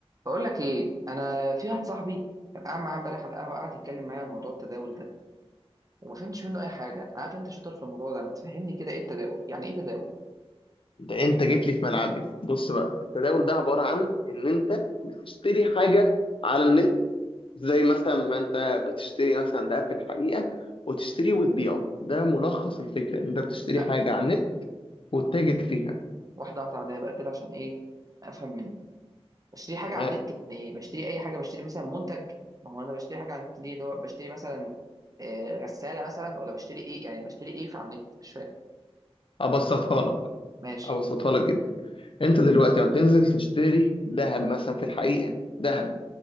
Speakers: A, on the right; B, on the left.
A: بقول لك ايه انا في واحد صاحبي كان قاعد معايا امبارح على القهوه قاعد يتكلم معايا عن موضوع التداول ده وما فهمتش منه اي حاجه أنا عارف انت شاطر في الموضوع ده ما تفهمني كده ايه التداول يعني ايه تداول
B: ده انت جيت لي في ملعبي بص بقى التداول ده عبارة عن ان انت بتشتري حاجة على النت زي مثلا ما انت بتشتري مثلا ده في الحقيقة وتشتريه وتبيعه ده ملخص الفكرة ان انت بتشتري
A: لا
B: حاجة على النت وتتاجر فيها
A: واحده واحده عليا بقى كده عشان ايه افهم منه بشتري حاجه
B: تمام
A: على النت يعني ايه بشتري اي حاجه بشتري مثلا منتج ما هو انا بشتري حاجه على النت دي اللي هو بشتري مثلا آه، غساله مثلا ولا بشتري ايه يعني بشتري ايه في على النت مش فاهم
B: ابسطها
A: آه،
B: لك
A: ماشي
B: ابسطها لك جدا انت دلوقتي لما تنزل تشتري ذهب مثلا في الحقيقة ذهب